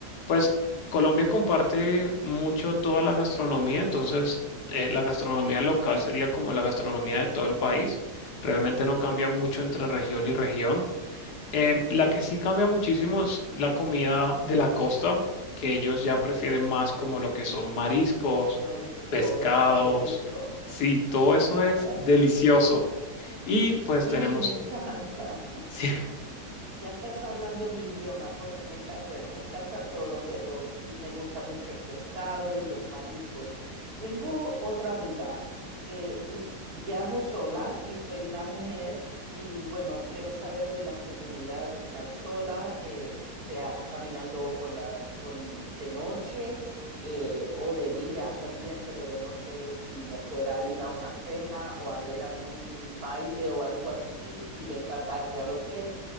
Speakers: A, on the left; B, on the right.
A: pues Colombia comparte mucho toda la gastronomía, entonces eh, la gastronomía local sería como la gastronomía de todo el país. Realmente no cambia mucho entre región y región. Em, la que sí cambia muchísimo es la comida de la costa, que ellos ya prefieren más como lo que son mariscos,
B: Mariscos,
A: pescados.
B: ay, qué rico,
A: Sí, todo
B: me
A: eso
B: encanta.
A: es delicioso. Y pues
B: Sí,
A: tenemos,
B: me encanta.
A: <laughs> sí,
B: Ya estás hablando mi idioma porque me encanta, bueno, me encanta todo, pero sí me gusta mucho el pescado y los mariscos. Tengo otra duda. Eh, l- viajo sola y soy una mujer y bueno, quiero saber de la seguridad de estar sola, eh, sea caminando por la, por el- de noche eh, o de día también, pero de noche si me fuera a ir a una cena o a ver algún baile o algo así y venga tarde al hotel.